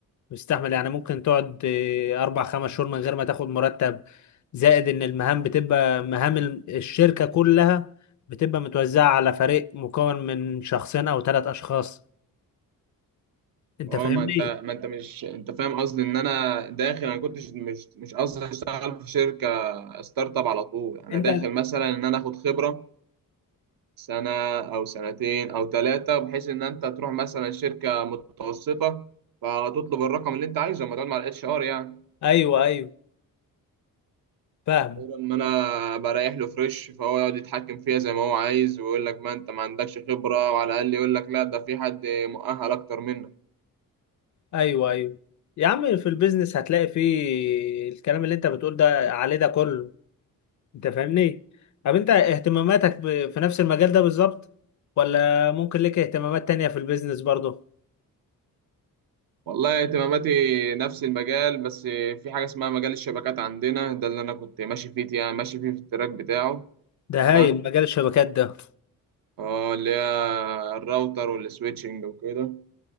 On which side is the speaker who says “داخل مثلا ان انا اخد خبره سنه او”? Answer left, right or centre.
Right